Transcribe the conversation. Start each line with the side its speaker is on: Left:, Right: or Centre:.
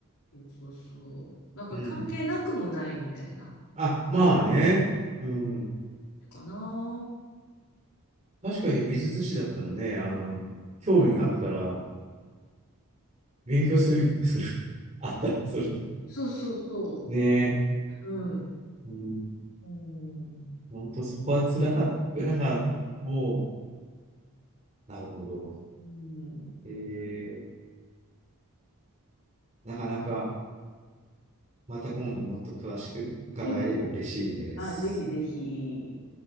Left: そうそう。なんか関係なくもないみたいな、
Right: うん。あ、まあね。うん。
Left: かな。
Right: 確かに美術史だったのね。あの、興味があるから、勉強するんで、それ。<laughs> あったら、それ。
Left: そうそうそ
Right: ね
Left: う。うん。
Right: え。うん。
Left: うん。
Right: 本当そこは辛かった。なんか、もう、なるほど。
Left: うん。
Right: えー、なかなか、また今度もっと詳しく伺えれば嬉しいです。
Left: うんあ、ぜひぜひ。